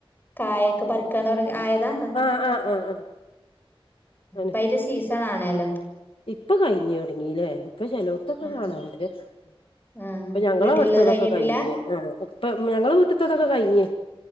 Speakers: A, on the left (about 20°); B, on the left (about 65°).
A: കായൊക്കെ പറിക്കാൻ തൊടങ്ങി ആയ ആ മ്മ്
B: ആഹ് ആഹ് ആഹ് ആഹ് ആണ്
A: പയിന്റെ സീസാണാണല്ലോ
B: ഇപ്പൊ കഴിഞ്ഞു തുടങ്ങീലെ ഇപ്പൊ ചെലോടത്തൊക്ക
A: ഉം
B: കാണാണ്ട് മ്മ്
A: ആഹ്
B: ഇപ്പൊ ഞങ്ങളവിടുത്തതൊക്കെ
A: വീട്ടിലുള്ളത് കഴിഞ്ഞിട്ടില്ല
B: കഴിഞ്ഞ് ആ ഇപ്പ ഞങ്ങള വീട്ടിത്തതൊക്കെ കഴിഞ്ഞ്